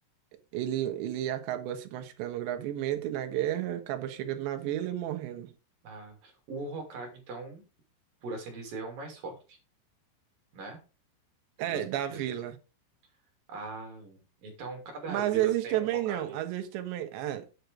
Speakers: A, on the right; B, on the right.
A: Ele, ele acaba se machucando gravemente na guerra, acaba chegando na vila e morrendo.
B: ah, o Hokage, então. por assim dizer, é o mais forte, né?
A: É,
B: Dos
A: da
B: ninjas,
A: vila.
B: assim. Ah, então cada
A: Mas
B: vila
A: às
B: tem
A: vezes também
B: um Hokage?
A: não. Às vezes também. É,